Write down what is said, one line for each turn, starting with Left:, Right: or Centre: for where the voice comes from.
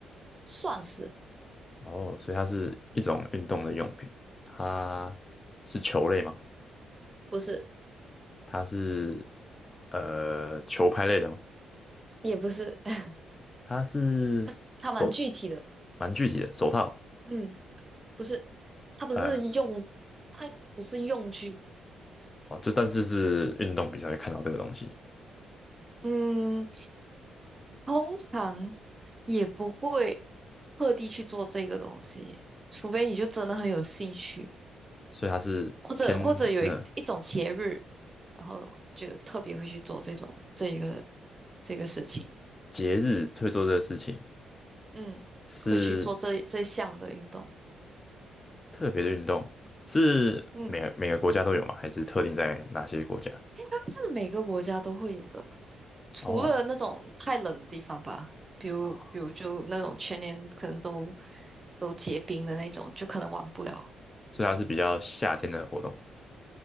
Right: 算是，
Left: 哦，所以它是一种运动的用品，它是球类吗？
Right: 不是，
Left: 它是呃球拍类的吗？
Right: 也不是，<laughs>
Left: 它是手，
Right: 它它蛮具体的，
Left: 蛮具体的手套。
Right: 嗯，不是，它不是用，
Left: 呃，
Right: 它不是用具，
Left: 好，就但是是运动比才会看到这个东西，
Right: 嗯，通常也不会特地去做这个东西，除非你就真的很有兴趣。
Left: 所以它是偏嗯、
Right: 或者或者有一一种节日，
Left: 呃
Right: 然后就特别会去做这种这一个这个事情，
Left: 节日会做这个事情，
Right: 嗯，
Left: 是
Right: 会去做这这项的运动，
Left: 特别的运动，是每个每个国家都有吗？
Right: 嗯，
Left: 还是特定在哪些国家？
Right: 应该是每个国家都会有的，除了那种太冷的地方吧，
Left: 哦，
Right: 比如比如就那种全年可能都
Left: 啊，
Right: 都结冰的那种，就可能玩不了，
Left: 所以它是比较夏天的活动，